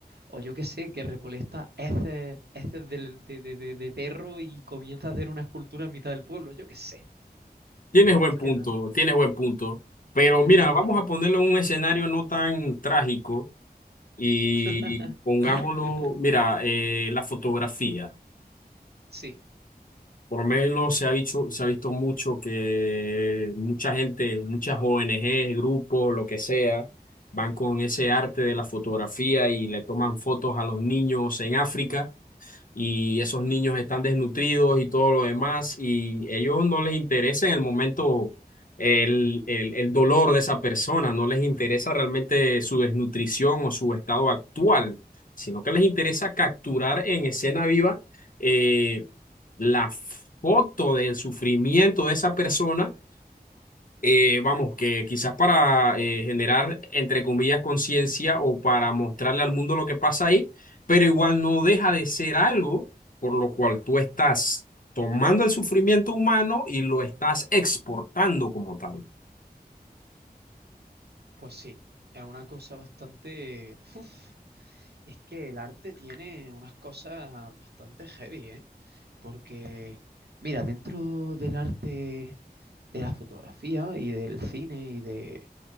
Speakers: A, on the right; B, on the left.
A: O yo qué sé, que recolecta heces, heces del- de, de- de- de perro y comienza a hacer una escultura en mitad del pueblo, yo qué sé.
B: Tienes buen
A: Es
B: punto,
A: que ra-
B: tienes buen punto. Pero mira,
A: <laughs> Es
B: vamos
A: una-
B: a ponerlo en un escenario no tan trágico y
A: <laughs>
B: pongámoslo, mira, eh, la fotografía.
A: Sí,
B: Por lo menos se ha dicho, se ha visto mucho que mucha gente, muchas ONG, grupos, lo que sea, van con ese arte de la fotografía y le toman fotos a los niños en África y esos niños están desnutridos y todo lo demás y ellos no les interesa en el momento el, el, el dolor de esa persona, no les interesa realmente su desnutrición o su estado actual, sino que les interesa capturar en escena viva eh, la foto del sufrimiento de esa persona eh, vamos, que quizás para eh, generar, entre comillas, conciencia o para mostrarle al mundo lo que pasa ahí, pero igual no deja de ser algo por lo cual tú estás tomando el sufrimiento humano y lo estás exportando como tal.
A: pues sí, es una cosa bastante... Uf, es que el arte tiene unas cosas bastante heavy, ¿eh? Porque, mira, dentro del arte de la fotografía y del cine y de,